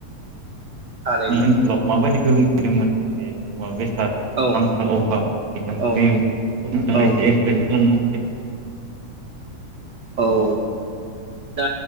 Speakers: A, on the right; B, on the right.
A: थारैनो
B: ओनसोलाव माबायदि गोहोम खोख्लैदोंमोन बे मुवा बे साद
A: औ
B: आंखाल अभाब बिथां
A: औ
B: बेखौ नोंथाङा
A: औ
B: एसे एक्सप्लेन खालामनो हागोन
A: औ दा